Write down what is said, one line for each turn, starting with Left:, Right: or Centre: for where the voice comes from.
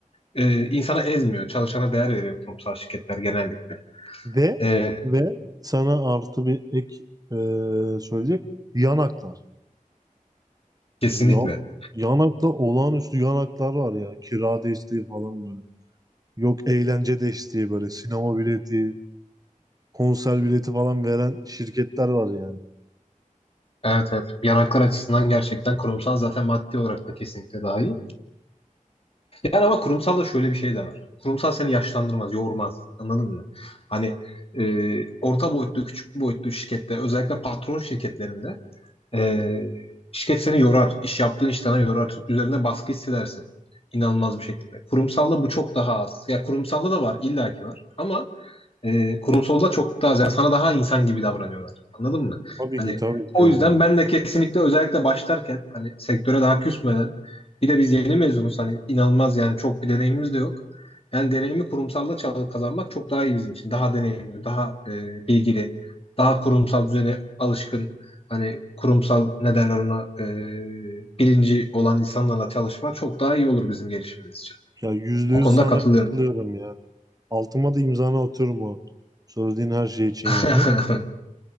Left: e, insana ezmiyor. Çalışana değer veriyor kurumsal şirketler genellikle.
Right: Ve
Left: Ee,
Right: ve sana artı bir ek e, söyleyecek. Yanaklar.
Left: kesinlikle.
Right: Mesela yan, yanakta olağanüstü yanaklar var ya. Kira desteği falan böyle. Yok eğlence desteği böyle. Sinema bileti, konser bileti falan veren şirketler var yani.
Left: Evet evet. Yanaklar açısından gerçekten kurumsal zaten maddi olarak da kesinlikle daha iyi. Yani ama kurumsal da şöyle bir şey de var. Kurumsal seni yaşlandırmaz, yormaz. Anladın mı? Hani e, orta boyutlu, küçük boyutlu şirkette özellikle patron şirketlerinde ee, şirket seni yorar. iş yaptığın iş sana yorar. Üzerine baskı hissedersin. İnanılmaz bir şekilde. Kurumsalda bu çok daha az. Ya kurumsalda da var, illaki var. Ama e, kurumsalda çok daha az. Yani sana daha insan gibi davranıyorlar. Anladın mı?
Right: Tabii
Left: Hani
Right: ki tabii ki
Left: o
Right: yani.
Left: yüzden ben de kesinlikle özellikle başlarken hani sektöre daha küsmeden bir de biz yeni mezunuz hani inanılmaz yani çok bir deneyimimiz de yok. Yani deneyimi kurumsalda çal- kazanmak çok daha iyi bizim için. Daha deneyimli, daha e, bilgili, daha kurumsal düzene alışkın hani kurumsal ne derler ona e, bilinci olan insanlarla çalışma çok daha iyi olur bizim gelişimimiz için.
Right: Ya yüzde
Left: O
Right: yüz
Left: konuda
Right: sana
Left: katılıyorum.
Right: katılıyorum yani. Altıma da imzanı atıyorum o söylediğin her şey için
Left: <laughs>
Right: yani.